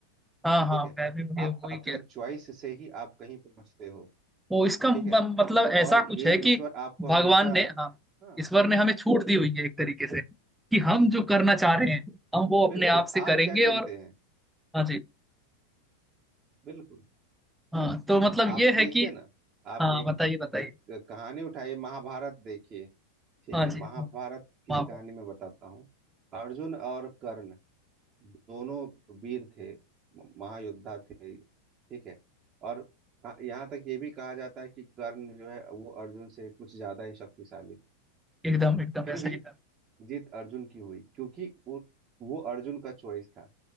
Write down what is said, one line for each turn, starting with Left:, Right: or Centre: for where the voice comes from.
Centre: हाँ हाँ
Right: ठीक है
Centre: मैं भी मुझे
Right: आप
Centre: वही
Right: अपने
Centre: कह रहा
Right: चॉइस से ही आप कहीं पहुंचते हो
Centre: वो इसका म-
Right: ठीक है
Centre: मतलब
Right: और
Centre: ऐसा कुछ
Right: ये
Centre: है कि
Right: ईश्वर आपको
Centre: भगवान
Right: हमेशा
Centre: ने हाँ
Right: हाँ
Centre: ईश्वर ने हमें छूट दी हुई है एक तरीके से कि हम जो करना चाह रहे हैं हम वो अपने
Right: बिल्कुल
Centre: आप से
Right: आप
Centre: करेंगे
Right: क्या चुनते
Centre: और
Right: हैं
Centre: हाँ जी
Right: बिल्कुल
Centre: हाँ तो मतलब
Right: आप
Centre: ये
Right: देखिए
Centre: है कि
Right: ना आप
Centre: हाँ
Right: एक
Centre: बताइए बताइए
Right: एक कहानी उठाइए महाभारत देखिए ठीक
Centre: हाँ
Right: है
Centre: जी
Right: महाभारत की
Centre: माफ
Right: कहानी
Centre: है
Right: मैं बताता हूँ अर्जुन और कर्ण दोनों वीर थे म- महायोद्धा थे ठीक है और आ- यहाँ तक ये भी कहा जाता है कि कर्ण जो है वो अर्जुन से कुछ ज्यादा ही शक्तिशाली थे
Centre: एकदम एकदम
Right: फिर
Centre: ऐसा
Right: भी
Centre: ही था
Right: जीत अर्जुन की हुई क्योंकि वो वो अर्जुन का चॉइस था